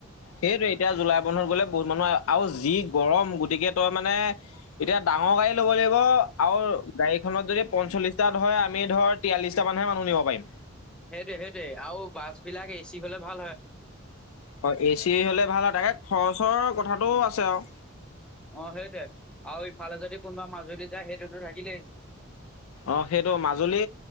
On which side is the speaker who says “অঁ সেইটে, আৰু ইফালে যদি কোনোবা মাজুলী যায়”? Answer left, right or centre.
Centre